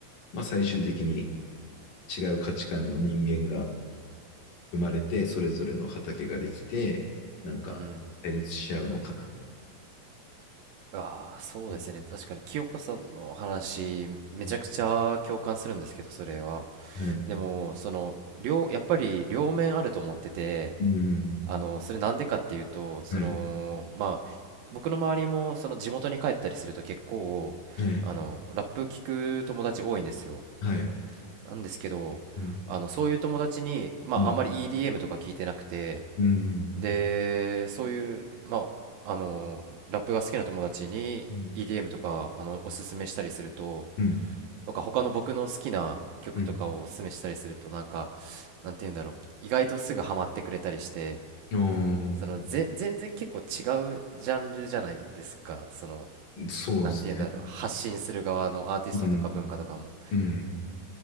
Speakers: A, on the left; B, on the right.
A: まあ、最終的に違う価値観の人間が生まれて、それぞれの畑ができて、なんか対立し合うのかな。
B: うんああ、そうですね。
A: うん
B: 確かに清香さんの話、めちゃくちゃ共感するんですけど、
A: う
B: それは。
A: んはい。
B: でも、その、両、やっぱり両面あると思ってて、
A: うん。
B: あの、それなんでかっていうと、その、
A: はい。
B: まあ、僕の周りも、その地元に帰ったりすると結構、
A: はい。
B: あの、ラップ聞く友達多いんですよ。
A: はい。
B: なんですけど、
A: うん。
B: あの、そういう友達に、まあ、
A: うん。
B: あんまり EDM とか聞いてなくて、
A: うん。
B: で、そういう、まあ、あの、ラップが好きな友達に
A: うん。
B: EDM とか、あの、おすすめしたりすると、
A: うん。
B: とか他の僕の好きな曲とかをおすすめしたりすると、
A: うん
B: なんか、なんて言うんだろう、意外とすぐハマってくれたりして、
A: あ
B: その、ぜ、全然結構違うジャンルじゃないですか、その、
A: そうですね。
B: なんて言うんだろう、発信する側のアーティストとか文化とかも。
A: うん。うん。